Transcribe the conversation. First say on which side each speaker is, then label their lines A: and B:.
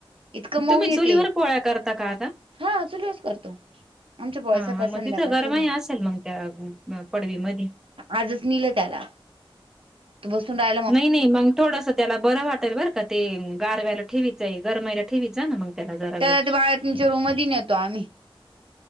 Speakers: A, on the right; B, in the centre.
A: इतकं मऊ
B: तुम्ही
A: येते
B: चुलीवर पोळ्या करता का आता
A: हा चलस करतो. आमच्या पोळ्या
B: हा
A: सकाळ
B: हा मग
A: संध्याकाळ
B: तिथं गरमाई
A: चुल
B: असेल मग त्या पडवीमध्ये.
A: आजच नलं त्याला. बसूनला.
B: नाही नाही मग थोडंस त्याला बरं वाटाल बर का ते गारवा्यायला ठेवीचं गरमायला ठेवीचं आहे ना मग. त्याला जरा
A: तर
B: वेळ
A: ते बाळतच्या रूम न येतो आम्ही.